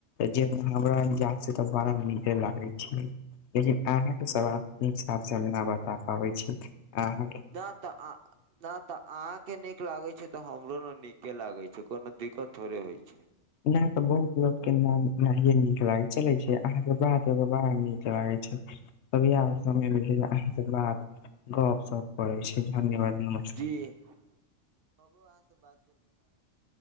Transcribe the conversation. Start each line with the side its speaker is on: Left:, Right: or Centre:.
Left: जे हमरा ज्ञान स त बड़ा नीके लागे छै। ए जी अहाँके सवाल के हिसाब सँ आंगना बता पाबै छी अहाँ।
Right: न त आ न त। अहाॅ के नीक लागे छै तऽ हमरो ने नीके लागे छै कोनो दिक्कत थोड़े होइ छै।
Left: एना तऽ बहुत लोक के नाहि नहिये नीक लागे छैलइ से अहाँके बात बड़ा नीक लागे छै। तभिआ समय मिलते अहाँ बात गप्प सप्प करै छी धन्यवाद नमस्कार।
Right: ए हमरो अहाँ से बात कर के बड़ा।